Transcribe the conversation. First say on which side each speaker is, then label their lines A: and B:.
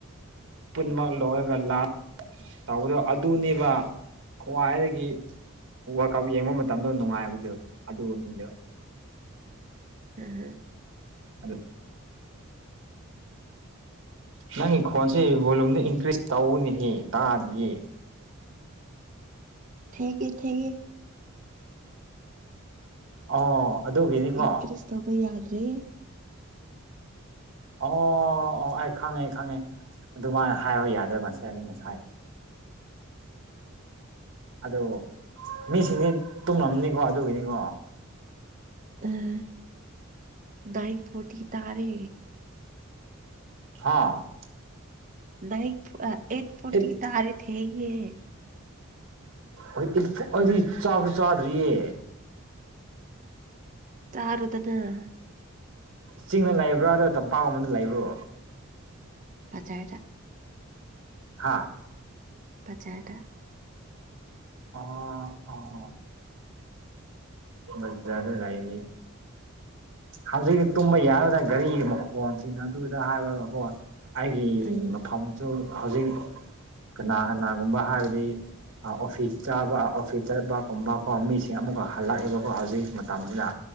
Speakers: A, on the right (about 55°); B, on the right (about 35°).
A: ꯄꯨꯟꯃꯛ ꯂꯣꯏꯔꯒ ꯂꯥꯛ ꯇꯧꯕꯗꯣ ꯑꯗꯨꯅꯦꯕ ꯈ꯭ꯋꯥꯏꯗꯒꯤ ꯋꯥꯔꯜꯀꯞ ꯌꯦꯡꯕ ꯃꯇꯝꯗ ꯅꯨꯡꯉꯥꯏꯕꯗꯨ ꯑꯗꯨꯗꯨꯅꯦꯕ
B: ꯎꯝ ꯍꯨꯝ
A: ꯑꯗꯨ ꯅꯪꯒꯤ ꯈꯣꯟꯁꯦ ꯚꯣꯂꯨꯝꯗ ꯏꯟꯀ꯭ꯔꯤꯁ ꯇꯧꯑꯣꯅꯦꯍꯦ ꯇꯥꯗꯤꯌꯦ
B: ꯊꯦꯡꯉꯤ ꯊꯦꯡꯉꯤ
A: ꯑꯣ ꯑꯗꯨꯒꯤꯅꯤꯀꯣ
B: ꯏꯪꯀ꯭ꯔꯤꯁ ꯇꯧꯕ ꯌꯥꯗ꯭ꯔꯦ
A: ꯑꯣ ꯑꯣ ꯑꯩ ꯈꯪꯉꯦ ꯈꯪꯉꯦ ꯑꯗꯨꯃꯥꯏꯅ ꯍꯥꯏꯕ ꯌꯥꯗ꯭ꯔꯥ ꯉꯁꯥꯏꯅ ꯉꯁꯥꯏ ꯑꯗꯨ ꯃꯤꯁꯤꯡꯗꯤ ꯇꯨꯝꯂꯝꯅꯤꯀꯣ ꯑꯗꯨꯒꯤꯅꯤꯀꯣ
B: ꯎꯝ ꯅꯥꯏꯟ ꯐꯣꯔꯇꯤ ꯇꯥꯔꯦ
A: ꯍꯥꯥ
B: ꯅꯥꯏꯟ ꯑ ꯑꯩꯠ ꯐꯣꯔꯇꯤ
A: ꯏꯠ
B: ꯇꯥꯔꯦ ꯊꯦꯡꯉꯦ
A: ꯍꯧꯖꯤꯛꯄꯨ ꯑꯩꯗꯤ ꯆꯥꯛꯄꯨ ꯆꯥꯗ꯭ꯔꯤꯌꯦ
B: ꯆꯥꯔꯣꯗꯅ
A: ꯆꯤꯡꯗ ꯂꯩꯕ꯭ꯔꯥ ꯑꯗ‌ꯣ ꯇꯝꯄꯥꯛ ꯀꯨꯝꯕꯗ ꯂꯩꯕ꯭ꯔꯣ
B: ꯕꯖꯥꯔꯗ
A: ꯍꯥꯥ
B: ꯕꯖꯥꯔꯗ
A: ꯑꯣ ꯑꯣ ꯕꯖꯥꯔꯗ ꯂꯩꯌ‌ꯦ ꯍꯧꯖꯤꯛ ꯇꯨꯝꯕ ꯌꯥꯔꯣꯏꯗ ꯒꯥꯔꯤ ꯃꯈꯣꯟꯁꯤꯡꯅ ꯗꯨꯗ ꯍꯥꯏꯔꯒꯀꯣ ꯑꯩꯒꯤ
B: ꯎꯝ
A: ꯃꯐꯝꯁꯨ ꯍꯧꯖꯤꯛ ꯀꯅꯥ ꯀꯅꯥꯒꯨꯝꯕ ꯍꯥꯏꯕꯗꯤ ꯑꯣꯐꯤꯁ ꯆꯥꯕ ꯑꯣꯐꯤꯁ ꯆꯠꯄꯒꯨꯝꯕ ꯀꯣ ꯃꯤꯁꯤꯡ ꯑꯃꯨꯛꯀ ꯍꯜꯂꯛꯑꯦꯕ ꯀ‌ꯣ ꯍꯧꯖꯤꯛ ꯃꯇꯝꯁꯤꯗ